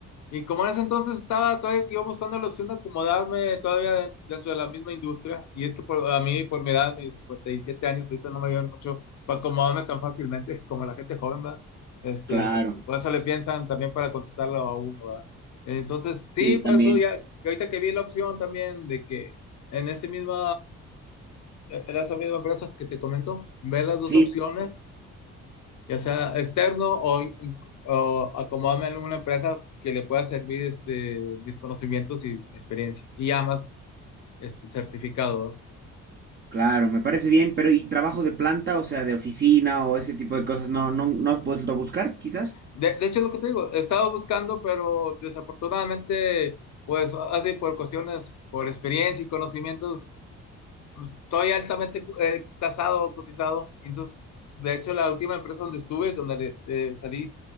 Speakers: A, on the left; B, on the right.
A: Y como en ese entonces estaba todavía yo buscando la opción de acomodarme todavía de- dentro de la misma industria, y es que por, a mí, por mi edad, mis 57 años, ahorita no me ayudan mucho para acomodarme tan fácilmente <laughs> como la gente joven, ¿verdad? Este,
B: claro.
A: por eso le piensan también para contratarlo a uno, ¿verdad? Entonces, sí,
B: Sí,
A: por
B: también.
A: eso ya, ahorita que vi la opción también de que en ese mismo e-, era esa misma empresa que te comento, ver las dos
B: Sí,
A: opciones, ya sea externo o, o acomodarme en una empresa que le pueda servir este, mis conocimientos y experiencia. Y ya más este, certificado. ¿verdad?
B: claro, me parece bien, pero ¿y trabajo de planta, o sea, de oficina o ese tipo de cosas? ¿No, no, no has vuelto a buscar, quizás?
A: De, de hecho, es lo que te digo, he estado buscando, pero desafortunadamente, pues así por cuestiones, por experiencia y conocimientos, estoy altamente eh, tasado, cotizado. entonces, de hecho, la última empresa donde estuve, donde eh, salí,